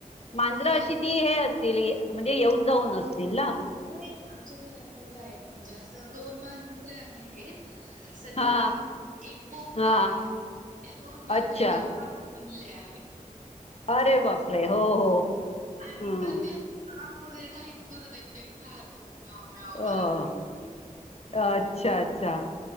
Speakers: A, on the left; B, on the right.
A: मांजरं
B: हो.
A: अशी ती हे असतील म्हणजे येऊन जाऊन असतील ना?
B: नाही आमच्या घरातलेच आहेत, म्हणजे असं दोन मांजरे आहेत. सध्या
A: हा
B: एक बोक्क
A: हा
B: आहे, त्या दोन मांजरांची
A: अच्छा
B: पाच पिल्ले आहेत.
A: अरे बापरे! हो हो
B: आणि
A: हं
B: तर ते असं काम वगैरे काहीच करू देत नाही, सारखं म्याव म्याव
A: अ
B: करत
A: अच्छा अच्छा!